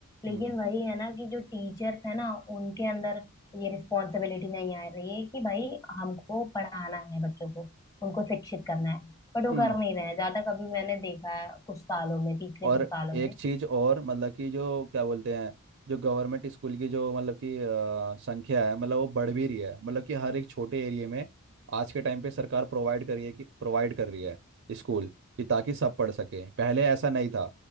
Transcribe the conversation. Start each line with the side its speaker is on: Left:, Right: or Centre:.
Left: लेकिन
Right: हम्म
Left: वही है ना कि जो टीचर्स है ना उनके अंदर ये रिस्पॉन्सिबिलिटी नहीं आ रही है कि भाई हमको पढ़ाना है बच्चों को उनको शिक्षित करना है बट
Right: <clears throat>
Left: वो कर नहीं
Right: <laughs>
Left: रहे हैं ज्यादा कभी मैंने देखा है कुछ सालों में पिछले
Right: और
Left: कुछ सालों
Right: एक
Left: में
Right: चीज और मतलब कि जो क्या बोलते हैं जो गवर्नमेंट स्कूल की जो मतलब कि अ, संख्या है मतलब वो बढ़ भी रही है मतलब कि हर एक छोटे एरिया में आज के टाइम पे सरकार प्रोवाइड कर रही है कि प्रोवाइड कर रही है स्कूल कि ताकि सब पढ़ सकें पहले ऐसा नहीं था